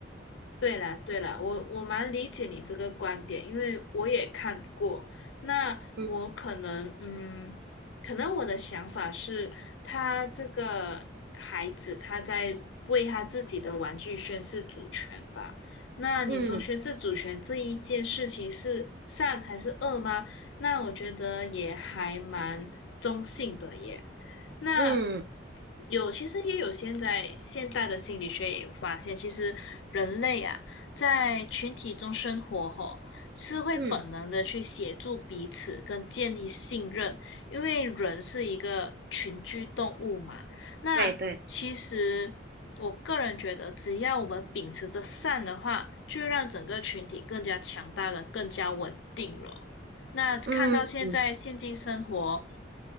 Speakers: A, on the left; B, on the right.
A: 对了，对了，我我蛮理解你这个观点，因为我也看过。那我可能，
B: 嗯
A: 嗯，可能我的想法是，他这个孩子他在为他自己的玩具宣誓主权吧。那你说宣誓主权这一件事情是善还是恶吗？
B: 嗯
A: 那我觉得也还蛮中性的耶。那
B: 嗯
A: 有，其实也有现在现代的心理学也有发现，其实人类啊，在群体中生活后，是会本能的去协助彼此跟建立信任，
B: 嗯，
A: 因为人是一个群居动物嘛。那其实我个人觉得，
B: 对对，
A: 只要我们秉持着善的话，就会让整个群体更加强大了，更加稳定了。那看到现在现今生活，
B: 嗯嗯